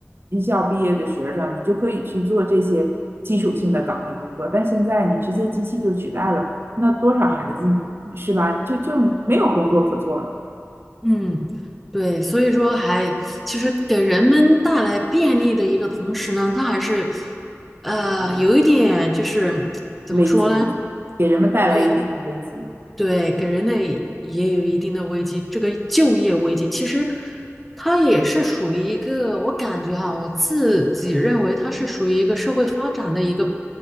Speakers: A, on the right; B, in the centre.
A: 一校毕业的学生，你就可以去做这些基础性的岗位工作，但现在你直接机器就取代了，那多少孩子是吧？就就没有工作可做了，
B: 嗯，对，所以说还其实给人们带来便利的一个同时呢，它还是呃有一点就是怎么说呢？
A: 危机给人们带来一定的危机。
B: 对对，给人类也有一定的危机。这个就业危机其实它也是属于一个，我感觉哈、我自己认为它是属于一个社会发展的一个